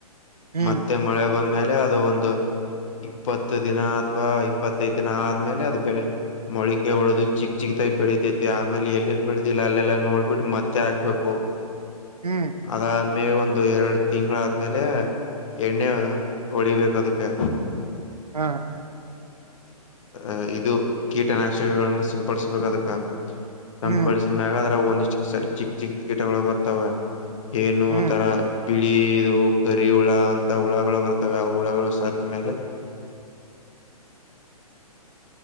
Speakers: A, on the right; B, on the left.
A: ಹ್ಮ್
B: ಮತ್ತೆ ಮಳೆ ಬಂದ್ಮೇಲೆ ಅದು ಒಂದು ಇಪ್ಪತ್ತು ದಿನ ಅಥವಾ ಇಪ್ಪತ್ತೈದು ದಿನ ಆದ್ಮೇಲೆ ಅದು ಬೆಳೆ ಮೊಳಿಕೆ ಹೊಡದು ಚಿಕ್ ಚಿಕ್ದಾಗಿ ಬೆಳಿತೈತಿ ಆಮೇಲೆ ಎಲ್ಲೆಲ್ಲಿ ಬೆಳತಿಲ್ಲ ಅಲ್ಲೆಲ್ಲ ನೋಡ್ಬಿಟ್ಟು ಮತ್ತೆ ಹಾಕ್ಬೇಕು
A: ಹ್ಮ್
B: ಅದಾದ್ಮೇ ಒಂದು ಎರಡು ತಿಂಗಳಾದ್ಮೇಲೆ ಎಣ್ಣೆ ಹೊಡಿಬೇಕು ಅದಕ್ಕೆ
A: ಹಾ
B: ಆ ಇದು ಕೀಟನಾಶಕನ್ನ ಸಿಂಪಡಿಸಬೇಕು ಅದಕ್ಕ ಸಿಂಪಡಿಸಿದ
A: ಹ್ಮ್
B: ಮ್ಯಾಗದ್ರ ಒಂದಿಷ್ಟ ಚಿಕ್ ಚಿಕ್ ಕೀಟಗಳು ಬರ್ತಾವ ಏನು
A: ಹ್ಮ್
B: ತರಾ ಬಿಳಿ ಇದು ಕರಿ ಹುಳ ಅಂತ ಹುಳಗಳು ಬರ್ತವೆ ಆ ಹುಳಗಳು ಸತ್ ಮೇಲೆ